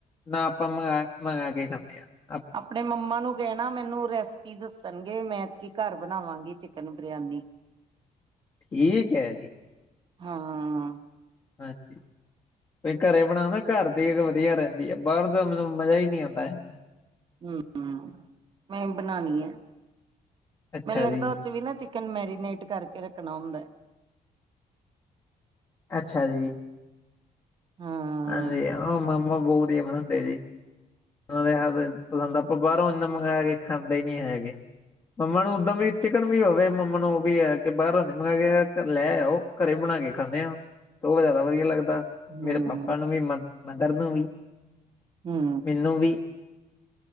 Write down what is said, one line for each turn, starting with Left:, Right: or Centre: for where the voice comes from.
Left: ਨਾ ਆਪਾਂ ਮੰਗ, ਮੰਗਵਾ ਕੇ ਖਾਂਦੇ ਹਾਂ।
Right: ਆਪਣੇ ਮੰਮਾ ਨੂੰ ਕਹਿਣਾ ਮੈਨੂੰ ਰੈਸਪੀ ਦੱਸਣਗੇ ਮੈਂ ਕੀ ਘਰ ਬਣਾਵਾਂਗੀ ਚਿਕਨ ਨ ਬਿਆਨੀ
Left: ਠੀਕ ਹੈ ਜੀ।
Right: ਹਾਂ।
Left: ਹਾਂਜੀ ਘਰੇ ਬਣਾਉਣਾ ਘਰ ਦੀ ਵਧੀਆ ਰਹਿੰਦੀ ਆ ਬਾਹਰ ਦਾ ਮੈਨੂੰ ਮਜ਼ਾ ਹੀ ਨਹੀਂ ਆਉਂਦਾ ਹੈਗਾ।
Right: ਹਮ, ਮੈਂ ਬਣਾਉਣੀ ਹੈ।
Left: ਅੱਛਾ
Right: ਮੈਨੂੰ ਲੱਗਦਾ
Left: ਜੀ
Right: ਉਹ ਚ ਵੀ ਨਾ ਚਿਕਨ ਮੈਰੀਨੇਟ ਕਰਕੇ ਰੱਖਣਾ ਹੁੰਦਾ ਹੈ।
Left: ਅੱਛਾ ਜੀ
Right: ਹਾਂ
Left: ਹਾਂਜੀ ਉਹ ਮਾਮ <unintelligible> ੳਹਨਾਂ ਦੇ ਪਸੰਦ ਆਪਾਂ ਬਾਹਰੋਂ ਇਨਾ ਮੰਗਵਾ ਕੇ ਖਾਂਦੇ ਹੀ ਨੀ ਹੈਗੇ ਮੰਮਾ ਨੂੰ ਓਦਾਂ ਵੀ ਚਿਕਨ ਵੀ ਹੋਵੇ ਮੰਮਾ ਨੂੰ ਉਹ ਵੀ ਹੈ ਬਾਹਰੋਂ ਨੀ ਮੰਗਵਾ ਕੇ ਲੈ ਆਓ ਘਰੇ ਬਣਾ ਕੇ ਖਾਂਦੇ ਆ ਤੇ ਉਹ ਜ਼ਿਆਦਾ ਵਧੀਆ ਲੱਗਦਾ
Right: ਹੂੰ
Left: ਮੇਰੇ ਪਾਪਾ ਨੂੰ ਵੀ <unintelligible> ਵੀ
Right: ਹੂੰ
Left: ਮੈਨੂੰ ਵੀ